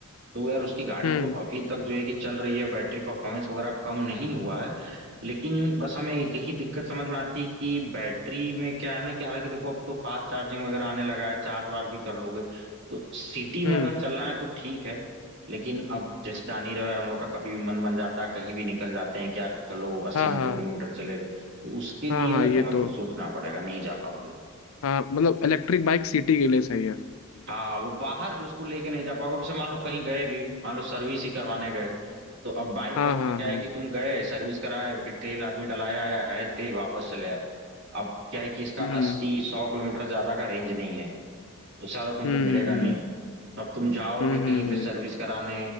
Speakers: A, on the right (about 60°); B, on the left (about 75°).
A: तो यार उसकी गाड़ी
B: हम्म
A: तो अभी तक जो है कि चल रही है बैटरी परफॉर्मेंस वगैरह कम नहीं हुआ है लेकिन बस हमें एक ही दिक्कत समझ में आती है कि बैटरी में क्या है ना कि हालांकि देखो अब तो फास्ट चार्जिंग वगैरह आने लगा है चार्ज वार्ज भी कर लोगे तो सिटी में
B: हम्म
A: अगर चलना है तो ठीक है लेकिन अब जैसे जान ही रहे हो यार हम लोग का कभी भी मन बन जाता है कहीं भी निकल जाते हैं कि यार चलो अस्सी
B: हाँ
A: नब्बे
B: हाँ
A: किलोमीटर चले गए तो उसके लिए
B: हाँ हाँ
A: ना
B: ये
A: तुम्हें फिर
B: तो
A: सोचना पड़ेगा नहीं जा पाओगे
B: हाँ मतलब इलेक्ट्रिक बाइक सिटी के लिए सही है
A: हाँ वो बाहर उसको लेके नहीं जा पाओगे अब जैसे मान लो कहीं गए भी मान लो सर्विस ही करवाने गए तो अब बाइक
B: हाँ
A: वाइक
B: हाँ
A: में क्या
B: हाँ
A: है कि तुम गए सर्विस कराए फिर तेल आदमी डलाया आया है तेल वापस चले आए अब क्या है कि इसका
B: हम्म
A: अस्सी सौ किलोमीटर ज्यादा का रेंज नहीं है उससे ज्यादा तुमको
B: हम्म
A: मिलेगा
B: हम्म।
A: नहीं अब तुम जाओगे
B: हम्म
A: कहीं
B: हम्म
A: पे
B: हम्म
A: सर्विस कराने